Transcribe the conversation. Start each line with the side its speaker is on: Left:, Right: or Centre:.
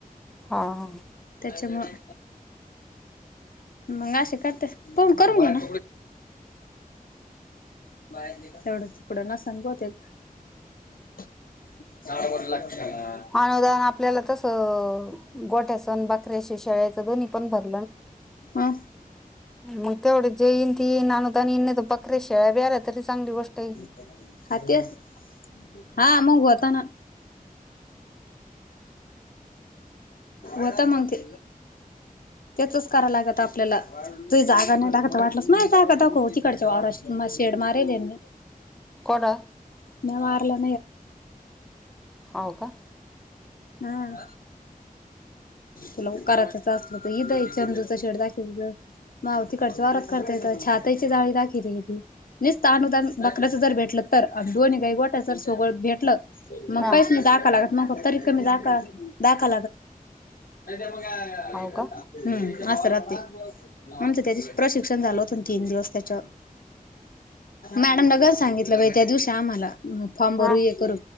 Centre: हा.
Left: त्याच्यामुळं. मग असे करत्या. फोन करून घ्याना. तेवढं तुकडं नसन बहुतेक. <unintelligible>
Centre: <unintelligible> आपल्याला कस गोठ्या सण बकऱ्या शेळेच दोन्ही पण भ-
Left: हं
Centre: मग तेवढ जे येईल ती <unintelligible> बकरे शेळ्या बीळ्या राहात्या ती चांगली गोष्ट आहे.
Left: <unintelligible> हा. मग होताना. होता मग ते. त्यांचंच करावं लागतं आपल्याला. तु जागा नाही दाखवत वाटल्यास. मायी जागा दाखव तिकडच्या वावरात शेड मारेले ना मी.
Centre: कोण-
Left: नाही मारला <unintelligible>
Centre: हो का
Left: हम्. तुला करायचंच असलं तर इथं ए चंदूचा शेड दाखवेल म. मावतीकडच वावरात करताएत छाताची जाळी दाखवली ती. नुसत अनुदान बकऱ्याच जर भेटलं तर, आणि दोन्ही गाई गोठ्या जर सोबत भेटलं-
Centre: हा
Left: मग काहीच नाही. दाखवा <unintelligible> मग तरी पण दा दाखा <inaudible> हम्म.
Centre: हो का
Left: असं राहत. आमचं त्यादिवशी प्रशिक्षण झालं होतं तीन दिवस त्याच्यावर. मॅडम न <unintelligible> सांगितलं बाई त्या दिवशी आम्हाला. फार्म भरू
Centre: हा
Left: हे करू.